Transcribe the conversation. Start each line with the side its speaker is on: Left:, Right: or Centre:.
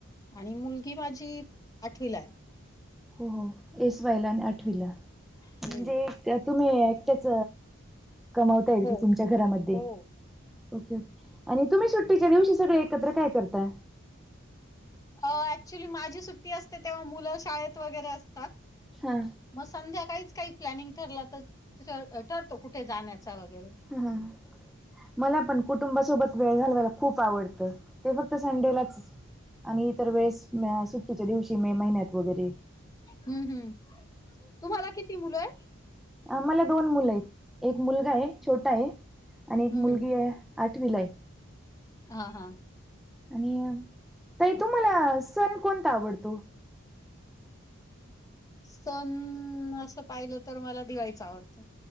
Left: आणि मुलगी भाजी आठवीला आहे
Centre: हो हो एस वायला आणि आठवीला म्हणजे
Left: हं.
Centre: तुम्ही एकट्याच कमावता ये
Left: हो,
Centre: का तुम घरामध्ये
Left: हो.
Centre: ओके ओके आणि तुम्ही सुट्टीच्या दिवशी सगळे एकत्र काय करता
Left: अ ऍक्च्युली माझी सुट्टी असते तेव्हा मुलं शाळेत वगैरे असतात
Centre: हा
Left: मग संध्याकाळीच काही प्लॅनिंग ठरला तर ठरतो कुठे जाण्याचा वगैरे
Centre: हम् मला पण कुटुंबासोबत वेळ घलवायला खूप आवडतं ते फक्त संडेलाच आणि इतर वेळेस सुट्टीच्या दिवशी मे महिन्यात वगैरे
Left: हम्म हम् तुम्हाला किती मुलं आहेत
Centre: आम्हाला दोन मुलं आहेत एक मुलगा आहे छोटा आहे आणि एक
Left: हम्म
Centre: मुलगी
Left: हम्म
Centre: आहे आठवीलाय
Left: हा हा
Centre: आणि त तुम्हाला सण कोणता आवडतो
Left: सण असं पाहिलं तर मला दिवाळीच आवडत